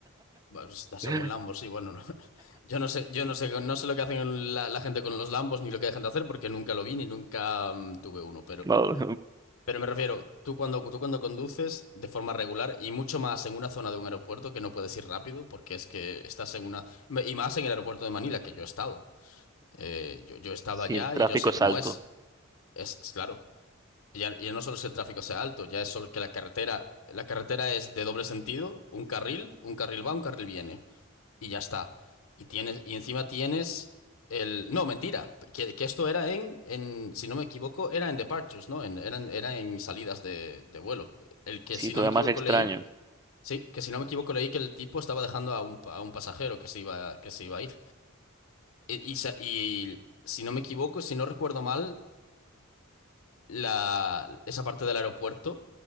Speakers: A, on the left; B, on the right.
A: Bueno, si estás
B: <laughs>
A: en un Lambo, sí, bueno, no. <laughs> Yo no sé, yo no sé, no sé lo que hacen la, la gente con los Lambos ni lo que dejan de hacer porque nunca lo vi ni nunca mm, tuve uno,
B: No,
A: pero me refiero, tú cuando, tú cuando conduces de forma regular y mucho más en una zona de un aeropuerto que no puedes ir rápido porque es que estás en una... Y más en el aeropuerto de Manila, que yo he estado. Eh, yo, yo he estado
B: si
A: allá
B: el tráfico
A: y yo sé
B: es
A: cómo
B: alto.
A: es. Es, es claro. Ya, ya no solo es que el tráfico sea alto, ya es solo que la carretera... La carretera es de doble sentido, un carril, un carril va, un carril viene y ya está. Y tienes, y encima tienes el. No, mentira. Que, que esto era en, en, si no me equivoco, era en departures, ¿no? En, eran, era en salidas de, de vuelo. El que,
B: Sí,
A: si
B: todavía
A: no me equivoco,
B: más extraño.
A: leí. Sí, que si no me equivoco, leí que el tipo estaba dejando a un, pa- a un pasajero que se iba, que se iba a ir. Y, y, sa- y si no me equivoco, si no recuerdo mal, la, esa parte del aeropuerto